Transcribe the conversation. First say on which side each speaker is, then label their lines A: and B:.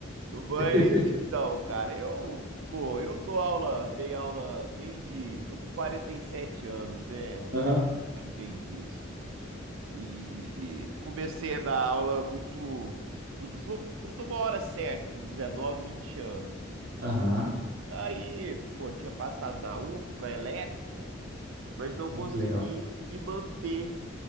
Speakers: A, on the right (about 75°); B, on the right (about 55°).
A: mas
B: <laughs>
A: então, cara, eu, pô, eu dou aula, dei aula desde, tô com 47 anos, né, Rogério,
B: Aham,
A: você sabe bem disso. E comecei a dar aula muito, muito jo- numa hora certa, com 19 20 anos.
B: aham.
A: Aí, pô, tinha passado na UF para elétrica, mas não
B: Bom,
A: consegui
B: que legal.
A: me manter